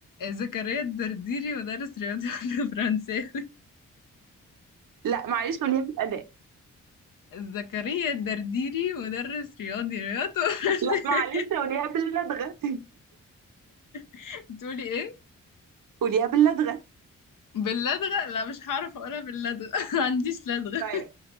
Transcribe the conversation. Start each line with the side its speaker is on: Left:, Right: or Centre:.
Left: زكريا الدرديري مدرس رياضي <laughs> ولا فرنساوي
Right: لا معلش قوليها بالأداء
Left: زكريا الدرديري مدرس رياضي رياضي وفرنساوي
Right: لا معلش قوليها باللدغة
Left: <laughs> تقولي ايه
Right: <laughs> قوليها باللدغة
Left: باللدغة لا مش هعرف اقولها باللدغة <laughs> ما عنديش لدغة
Right: طيب